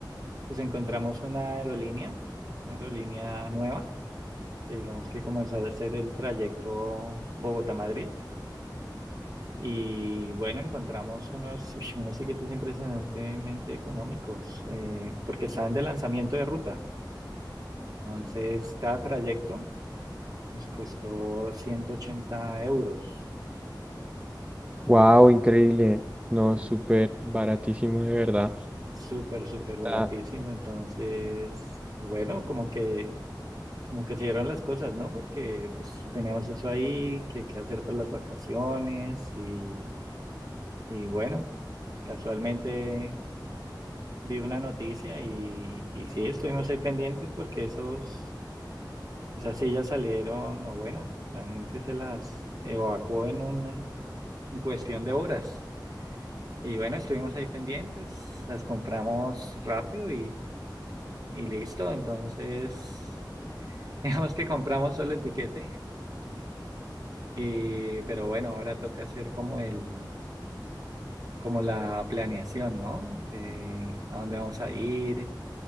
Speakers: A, on the right; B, on the right.
A: pues encontramos una aerolínea, una aerolínea nueva, que digamos que comenzó a hacer el trayecto Bogotá-Madrid. Y bueno, encontramos unos, uy, unos tiquetes impresionantemente económicos, eh, porque estaban de lanzamiento de ruta. Entonces, cada trayecto nos costó 180 euros. Mm,
B: Wow, increíble. No,
A: sí,
B: súper baratísimo, de verdad.
A: Súper, súper
B: Está-
A: baratísimo. Entonces, bueno, como que, como que se dieron las cosas, ¿no? Porque pues teníamos eso ahí, que, que hacer para las vacaciones y, y bueno, casualmente vi una noticia y, y sí, estuvimos ahí pendientes porque esos, esas sillas salieron, o bueno, la gente se las evacuó en un, en cuestión de horas. Y bueno, estuvimos ahí pendientes, las compramos rápido Y listo, entonces, <laughs> digamos que compramos solo el tiquete, y, pero bueno, ahora toca hacer como el, como la planeación, ¿no? De a dónde vamos a ir,